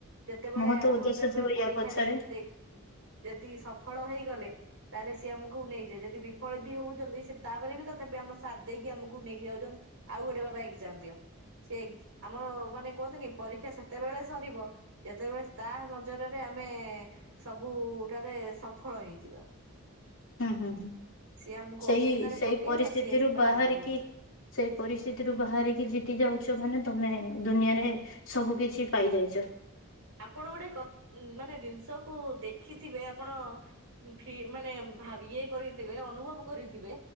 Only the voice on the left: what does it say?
ମହତ
ଉଦ୍ଦେଶ୍ୟ
ଥିବ
ୟା ପଛରେ
ହୁଁ ହୁଁ ହୁଁ।
ସେଇ
ସେଇ
ପରିସ୍ଥିତିରୁ
ବାହାରିକି
ସେଇ ପରିସ୍ଥିତିରୁ ବାହାରିକି ଜିତି ଯାଉଛ ମାନେ ତମେ ଦୁନିଆରେ ସବୁ କିଛି ପାଇଯାଇଚ।